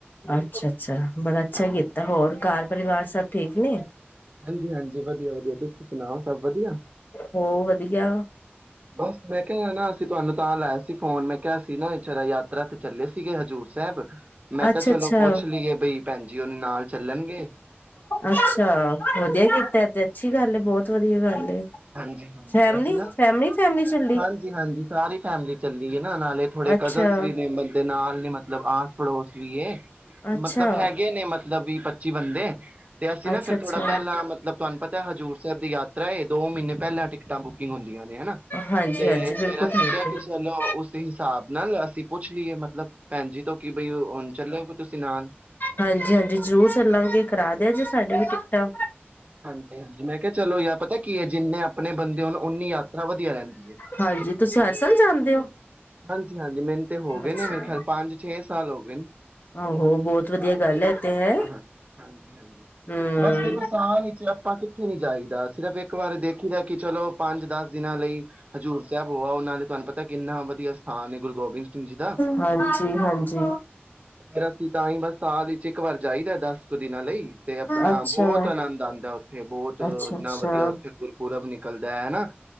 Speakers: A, on the left; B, on the right.
A: ਅੱਛਾ ਅੱਛਾ ਬੜਾ ਅੱਛਾ
B: ਹਾਂਜੀ
A: ਕੀਤਾ ਹੋਰ ਘਾਰ ਪਰਿਵਾਰ ਸਭ ਠੀਕ ਨੇ।
B: ਹਾਂਜੀ ਹਾਂਜੀ, ਵਧੀਆ ਵਧੀਆ। ਤੁਸੀਂ ਸੁਣਾਓ, ਸਭ ਵਧੀਆ
A: ਹੋ ਵਧੀਆ।
B: ਬਸ ਮੈਂ ਕਿਆ ਐਨਾ ਅਸੀਂ ਤੁਵਾਨੂੰ ਤਾਂ ਲਾਯਾ ਸੀ ਫੋਨ ਮੈਂ ਕਿਆ ਸੀ ਨਾ ਜਰਾ ਯਾਤਰਾ ਤੇ ਚੱਲੇ ਸੀਗੇ ਹਜ਼ੂਰ ਸੈਬ ਮੈਂ
A: ਅੱਛਾ
B: ਕਿਆ ਚਲੋ
A: ਅੱਛਾ।
B: ਪੁੱਛ ਲਈਏ ਬਈ ਭੈਣਜੀ ਔਰਨੇ ਨਾਲ ਚੱਲਣਗੇ।
A: ਅੱਛਾ, ਵਧੀਆ ਕੀਤੈ ਐਤੇ ਅੱਛੀ ਗੱਲ ਏ ਬੌਤ ਵਧੀਆ ਗੱਲ ਏ।
B: ਹਾਂਜੀ ਹਾਂਜੀ,
A: ਫੈਮਲੀ
B: ਅਸੀਂ ਨਾ
A: ਫੈਮਲੀ ਫੈਮਲੀ ਚੱਲੀ
B: ਹਾਂਜੀ ਹਾਂਜੀ ਸਾਰੀ ਫੈਮਲੀ ਚੱਲੀ ਏ ਨਾ ਨਾਲੇ ਥੋੜੇ
A: ਅੱਛਾ
B: ਕਜ਼ਨਸ ਵੀ ਨੇ ਬੰਦੇ ਨਾਲ। ਨੇ ਮਤਲਬ ਆਸ ਪੜੋਸ ਵੀ ਏ।
A: ਅੱਛਾ।
B: ਮਤਲਬ ਹੈਗੇ ਨੇ ਮਤਲਬ ਵੀ ਪ ਪਚੀ ਬੰਦੇ ਤੇ ਅਸੀਂ
A: ਅੱਛਾ
B: ਨਾ
A: ਅੱਛਾ
B: ਫੇਰ ਥੋੜਾ ਪੈਲਾਂ ਮਤਲਬ ਤੁਵਾਨੂੰ ਪਤਾ ਹਜ਼ੂਰ ਸੈਬ ਦੀ ਯਾਤ ਤਰਾ ਏ। ਦੋ ਮੀਨੇ ਪੈਲਾਂ ਟਿਕਟਾਂ ਬੁਕਿੰਗ ਹੂੰਦ ਆ ਨੇ ਹਨਾ
A: ਹਾਂਜੀ
B: ਤੇ
A: ਹਾਂਜੀ
B: ਫੇਰ
A: ਬਿਲਕੁਲ
B: ਅਸੀਂ
A: ਠੀਕ
B: ਕਿਆ ਕਿ
A: ਹੈ।
B: ਚਲੋ ਉਸ ਹਿਸਾਬ ਨਾਲ ਅਸੀਂ ਪੁੱਛ ਲੀਏ ਮਤਲਬ ਭੈਣ ਜੀ ਤੋਂ। ਕਿ ਬਈ ਹੁਣ ਚੱਲੋਗੇ ਤੁਸੀਂ ਨਾਲ
A: ਹਾਂਜੀ ਹਾਂਜੀ, ਜ਼ਰੂਰ ਚੱਲਾਂਗੇ ਕਰਾ ਦਿਆ ਜੇ ਸਾਡੇ ਵੀ ਠੀਕ ਠਾਕ
B: ਹਾਂਜੀ ਹਾਂਜੀ ਮੈਂ ਕਿਹਾ ਚਲੋ ਯਾਰ ਪਤਾ ਕੀ ਹੈ ਜਿੰਨੇ ਆਪਣੇ ਬੰਦੇ ਉਹਨ ਉਨੀ ਯਾਤਰਾ ਵਧੀਆ ਰਹਿੰਦੀ ਹੈ
A: ਹਾਂਜੀ ਤੁਸੀਂ ਹਰਸਾਲ ਜਾਂਦੇ ਹੋ
B: ਹਾਂਜੀ ਹਾਂਜੀ ਮੈਨੂੰ ਤੇ ਹੋ ਗਏ
A: ਅੱਛਾ
B: ਨੇ ਮੇਰੇ ਖਿਆਲ ਪੰਜ ਛੇ ਸਾਲ ਹੋ ਗਏ ਨੇੀ
A: ਆਹੋ ਬਹੁਤ ਵਧੀਆ ਗੱਲ ਹੈ ਤੇ ਹੈ
B: ਹਾਂ ਹਾਂਜੀ ਹਾਂਜੀ
A: ਹਮ
B: ਬਸ ਦੇਖੋ ਸਾਲ ਵਿੱਚ ਆਪਾਂ ਕਿੱਥੇ ਨੀ ਜਾਈਦਾ ਸਿਰਫ਼ ਇੱਕ ਵਾਰ ਦੇਖੀ ਦਾ ਕਿ ਚਲੋ ਪੰਜ ਦਸ ਦਿਨਾਂ ਲਈ ਹਜ਼ੂਰ ਸਾਹਿਬ ਹੋਆ ਉਹਨਾਂ ਨੇ ਤੁਹਾਨੂੰ ਪਤਾ ਕਿੰਨਾ ਦੀ ਅ ਸਥਾਨ ਨੇ ਗੁਰੂ ਗੋਬਿੰਦ ਸਿੰਘ ਜੀ ਦਾ
A: ਹਾਂਜੀ ਹਾਂਜੀ
B: ਫੇਰ ਤਾਂ ਹੀ ਬਸ ਸਾਲ ਵਿੱਚ ਇੱਕ ਵਾਰ ਜਾਈਦਾ ਦੱਸ ਇੱਕ ਦਿਨਾਂ ਲਈ ਤੇ ਆਪਣਾ
A: ਅੱਛਾ
B: ਬਹੁਤ ਆਨੰਦ ਆਉਂਦਾ ਉੱਥੇ ਬਹੁਤ ਇੰਨਾ
A: ਅੱਛਾ ਅੱਛਾ
B: ਵਧੀਆ ਉੱਥੇ ਗੁਰਪੁਰਬ ਨਿਕਲਦਾ <unintelligible>